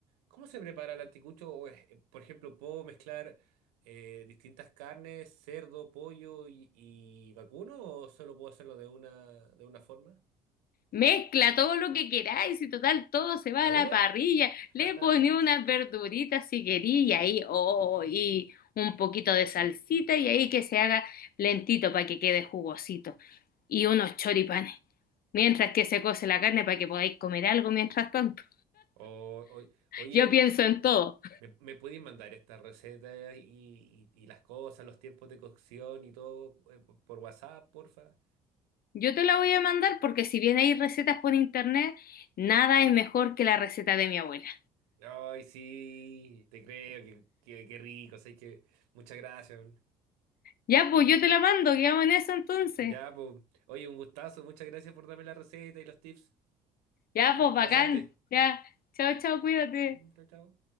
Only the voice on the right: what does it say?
¿Cómo se prepara el anticucho? O es- eh, por ejemplo, ¿puedo mezclar eh, distintas carnes, cerdo, pollo y, y vacuno? ¿O solo puedo hacerlo de una, de una forma?
¿La
dura?
<laughs>
O, o- oye,
¿me, me pueden mandar estas recetas y, y- y las cosas, los tiempos de cocción y todo eh, por, por WhatsApp, porfa?
Ay, sí, te creo, que, que, que rico, sé que muchas gracias.
Ya, pues. Oye, un gustazo. Muchas gracias por darme la receta y los tips.
Te
pasaste.
Chao, chao.